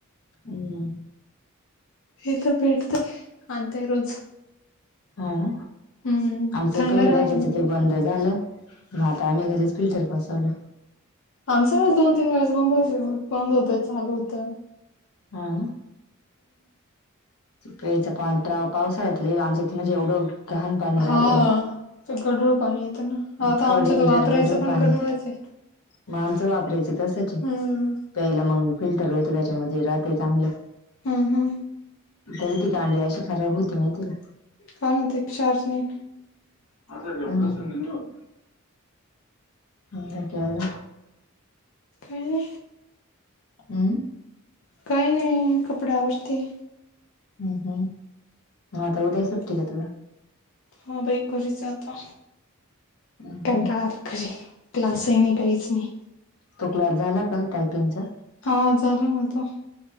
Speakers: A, on the left; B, on the left.
A: हम्
B: ईथ भेटते आणते रोज
A: हा ना
B: हम्म
A: आमच
B: थंड
A: पहिले
B: राहत
A: भेटायचं ते बंद झालं. मग आता आम्ही घरीच. फिल्टर बसवला.
B: आमच्या वेळेस दोन तीन वेळेस बंद होते. बंद होत चालू होतं.
A: हा ना, प्यायच्या पान्याचा पावसाळ्यात लय आमचं म्हणजे एवढं घाण पाणी
B: हा
A: राहतं
B: तर गडूळ पाणी येत ना.
A: इतकं
B: आता आमच्यात
A: डेंजर
B: तर वापरायचं
A: गढूळ
B: पण
A: पाणी
B: गडूळ च आहे.
A: मग आमचं वापरायच तसंच आहे.
B: हम्म
A: प्यायला मग फिल्टर होत त्याच्यामध्ये राहते चांगलं.
B: हा हा
A: तरी ती कांडी अशी खराब होती माहिती का
B: पाण्याचा काही त्रास नाही.
A: हम अ काय हो
B: हॅलो
A: हम्म
B: काही नाही कपडे आवरती.
A: हम् हम् हा आता उद्या सुट्टी घेतली आहे.
B: हा बाईक घरीच आहे. आता
A: हम्म
B: कंटाळा
A: हम्म
B: आलता घरी क्लासही नाही काहीच नाही.
A: तो क्लास झाला का टायपिंगचा?
B: हा झालं ना आता.